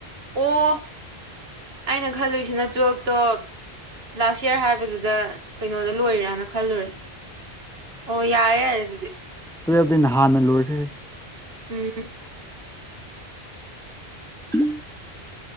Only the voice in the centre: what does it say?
ꯇꯨꯌꯦꯞꯗꯤ ꯅꯍꯥꯟꯅ ꯂꯣꯏꯈ꯭ꯔꯦ
<inaudible>